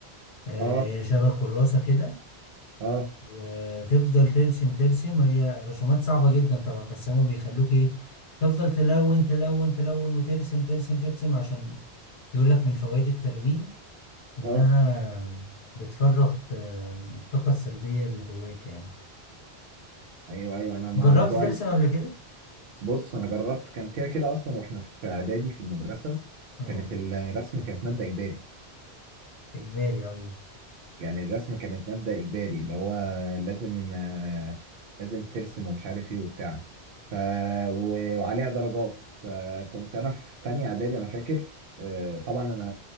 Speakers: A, on the left (about 70°); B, on the right (about 65°).
A: آه،
B: اه
A: هي شبه كراسة كده
B: اه
A: وتفضل ترسم ترسم هي رسومات صعبة جدا طبعا بس هما بيخلوك ايه تفضل تلون تلون تلون وترسم ترسم ترسم عشان يقول لك من فوائد التلوين إنها
B: اه
A: بتفرغ ت- الطاقة السلبية اللي جواك يعني
B: ايوه ايوه انا موضوع
A: جربت ترسم
B: ال-
A: قبل كده؟
B: بص انا جربت كان كده كده اصلا واحنا في اعدادي في المدرسه
A: اه
B: كانت الرسم كانت ماده اجباري
A: إجباري أيوه
B: يعني الرسم كانت مادة إجباري اللي هو لازم آه، لازم ترسم ومش عارف إيه وبتاع ف... و- وعليها درجات فكنت أنا في تانية إعدادي أنا فاكر آه، طبعا أنا